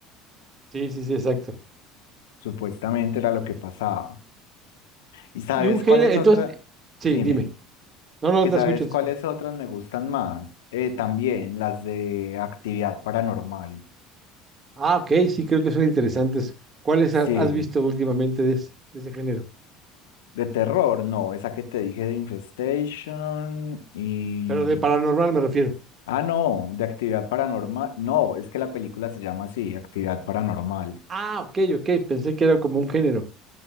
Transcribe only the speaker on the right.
Sí, sí, sí, exacto.
Y un género,
entonces,
sí,
dime. No, no,
te
escucho, te
escucho.
Ah, ok, sí, creo que son interesantes. ¿Cuáles
ha- has visto últimamente de ese, de ese género?
Pero de paranormal me refiero.
Ah, ok, ok, pensé que era como un género.